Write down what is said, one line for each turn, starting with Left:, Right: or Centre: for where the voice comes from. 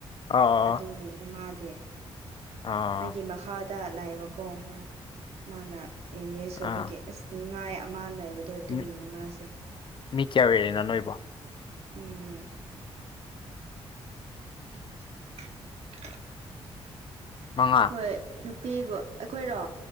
Left: ꯑꯥ
Right: ꯑꯗꯨꯒꯤꯅꯤ ꯏꯃꯥꯗꯤ ꯑꯩꯒꯤ
Left: ꯑꯥ
Right: ꯃꯈꯥꯗ ꯂꯥꯛꯑꯦꯕꯀꯣ ꯃꯥ ꯃꯥꯅ ꯌꯡꯒꯦꯖ
Left: ꯑꯥ
Right: ꯑꯣꯏꯕꯒꯤ ꯑꯁ ꯅꯤꯡꯉꯥꯏ ꯑꯃ ꯂꯩꯕ ꯑꯗꯣ ꯑꯗꯨꯒꯤꯅꯤ
Left: ꯎꯝ
Right: ꯃꯥꯁꯦ
Left: ꯃꯤ ꯀꯌꯥ ꯑꯣꯏꯔꯤꯅꯣ ꯅꯣꯏꯕꯣ
Right: ꯎꯝ <unintelligible>
Left: ꯃꯉꯥ
Right: ꯍꯣꯏ ꯅꯨꯄꯤꯕꯨ ꯑꯩꯈꯣꯏꯔꯣ